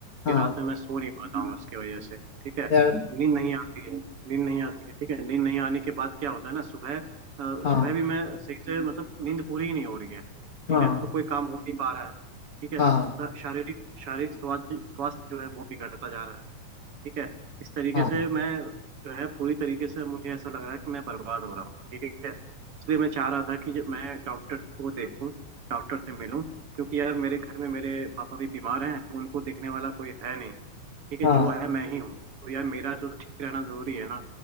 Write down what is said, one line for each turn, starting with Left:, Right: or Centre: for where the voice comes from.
Left: हाँ
Right: कि रात में मैं सो नहीं पाता हूँ इसकी वजह से ठीक है
Left: यार
Right: नींद नहीं आती है नींद नहीं आती है ठीक है नींद नहीं आने के बाद क्या होता है ना सुबह अ,
Left: हाँ
Right: सुबह भी मैं सही से मतलब नींद पूरी ही नहीं हो रही है ठीक
Left: हाँ
Right: है तो कोई काम हो नहीं पा रहा है ठीक है
Left: हाँ
Right: श- शारीरिक शारीरिक स्वास्थ्य स्वास्थ्य जो है वो बिगड़ता जा रहा है ठीक है इस तरीके
Left: हाँ
Right: से मैं जो है पूरी तरीके से मुझे ऐसा लग रहा है कि मैं बर्बाद हो रहा हूँ ठीक है इसलिए मैं चाह रहा था कि जो मैं डॉक्टर को देखूं डॉक्टर से मिलूं क्योंकि यार मेरे घर में मेरे पापा भी बीमार हैं तो उनको देखने वाला कोई है नहीं ठीक है
Left: हाँ
Right: जो है मैं ही हूँ तो यार मेरा तो ठीक रहना जरूरी है ना